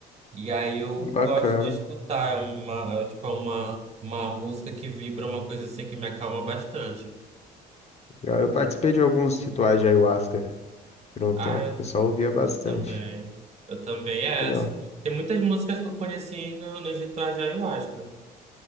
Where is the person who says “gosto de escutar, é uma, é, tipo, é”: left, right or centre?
Right